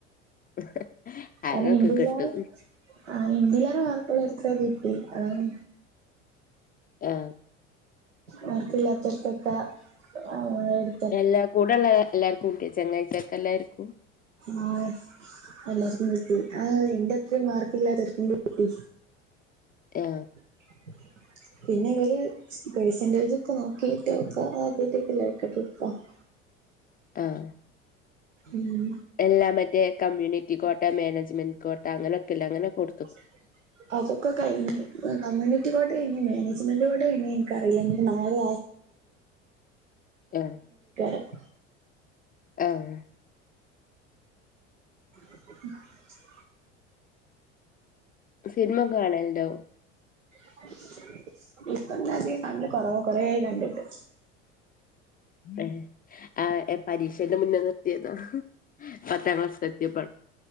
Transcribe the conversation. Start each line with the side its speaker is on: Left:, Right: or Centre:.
Left: <inaudible>
Right: കാരണം <unintelligible>
Left: കിട്ടും
Right: ആ <unintelligible> മാർക്കൊള്ളവർക്കു കിട്ടി. അതാണ്
Left: ആ
Right: മാർക്കില്ലാതൊർക്കൊക്ക ആ എടു
Left: എല്ലാ കൂടെ എല്ലാർക്കും കീട്ടിയ ചങ്ങായ്കോക്കെ എല്ലാർക്കും.
Right: ആ എല്ലാർക്കും കിട്ടി. ആ എന്റെ അത്രയും മാർക്ക് ഇല്ലാത്തർക്കും കിട്ടി.
Left: ആ
Right: <unintelligible> പിന്നെ ഇവര് പെസെന്റേജൊക്കെ നോക്കിയിട്ട് <unintelligible>
Left: ആഹ്
Right: ഉം
Left: എല്ലാ മറ്റേ കമ്മ്യൂണിറ്റി കോട്ട, മാനേജ്മെന്റ് കോട്ട, അങ്ങനെക്കെല്ലെ അങ്ങനെ കൊടു
Right: <unintelligible> അതൊക്കെ കഴിഞ്ഞ്. കമ്മ്യൂണി കോട്ട കഴിഞ്ഞ്, മാനേജ്മെന്റ് കോട്ട കഴിഞ്ഞ് ഇൻകറീല നാളെ
Left: ആഹ്
Right: <unintelligible>
Left: ആഹ്
Right: <inaudible>
Left: സിനിമൊക്കെ കാണല്ണ്ടോ?
Right: <unintelligible> കൊറവ കൊറേയായി കണ്ടിട്ട്
Left: ഏഹ് ആഹ് പരീക്ഷന്റെ മുന്നെ നിർത്തിയതാ. പത്താംക്ലാസിലെത്തിയപ്പ